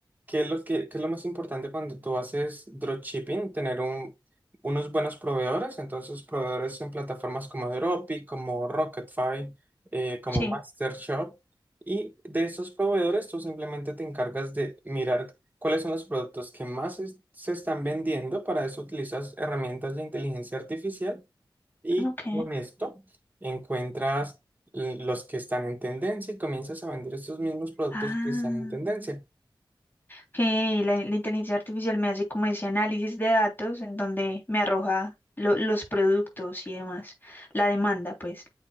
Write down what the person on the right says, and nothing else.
¿qué es lo que, qué es lo más importante cuando tú haces dropshipping? Tener un- unos buenos proveedores. Entonces, proveedores en plataformas como Dropi, como Rocketfy, eh, como
MasterShop. Y de esos proveedores, tú simplemente te encargas de mirar cuáles son los productos que más es- se están vendiendo. Para eso utilizas herramientas de inteligencia artificial y
con esto encuentras eh, los que están en tendencia y comienzas a vender estos mismos productos
que están en tendencia.